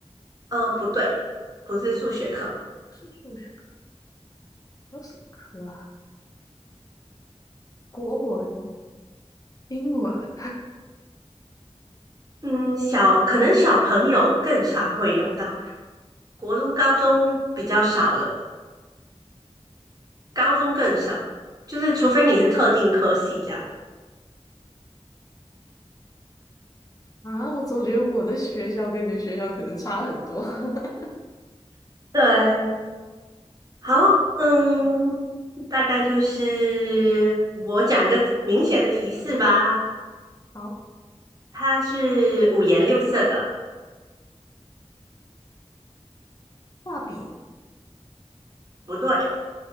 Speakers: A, on the right; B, on the left.
A: 呃，不对，不是数学课。
B: 不是数学，还有什么课啊？国文、英文，
A: 嗯，小可能小朋友更常会用到，国中、高中比较少了，高中更少。就是除非你是特定科系这样。
B: 啊，我总觉得我的学校跟你的学校可能差很多。<laughs>
A: 对，好，嗯，大概就是我讲一个明显的提示吧，
B: 好，
A: 它是五颜六色的，
B: 画笔
A: 不对，